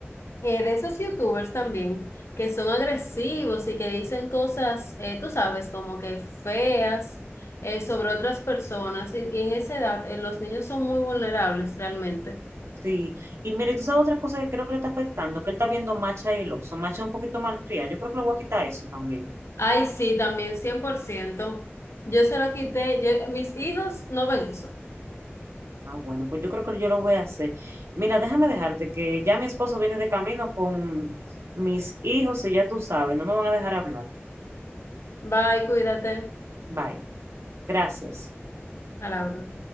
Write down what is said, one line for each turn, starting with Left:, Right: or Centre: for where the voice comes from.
Left: Eh, de esos youtubers también, que son agresivos y que dicen cosas, eh, tú sabes, como que feas eh, sobre otras personas. Y, y en esa edad, eh, los niños son muy vulnerables realmente.
Right: Sí, y mire, tú sabes otra cosa que creo que le está afectando, que él está viendo Macha y el oso. Macha es un poquito malcriada. Yo creo que le voy a quitar eso también.
Left: Ay, sí, también cien por ciento Yo se lo quité. yo- mis hijos no ven eso.
Right: Ah, bueno, pues yo creo que yo lo voy a hacer. Mira, déjame dejarte que ya mi esposo viene de camino con mis hijos y ya tú sabes, no me van a dejar hablar.
Left: Bye, cuídate.
Right: Bye. Gracias.
Left: A la orden.